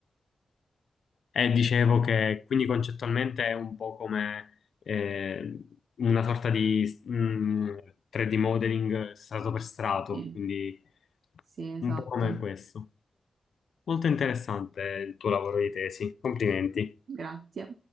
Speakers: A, on the left; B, on the right.
A: E dicevo che quindi concettualmente è un po' come eh, una sorta di mm, 3D modeling strato per strato,
B: Sì,
A: quindi
B: sì, esatto.
A: un po' come questo. Molto interessante il tuo lavoro di tesi, complimenti.
B: Grazie.